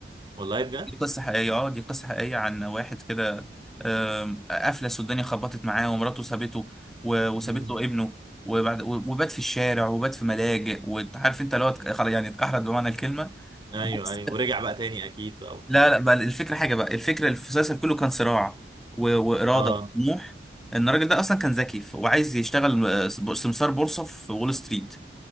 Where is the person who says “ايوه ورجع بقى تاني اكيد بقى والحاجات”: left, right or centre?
Right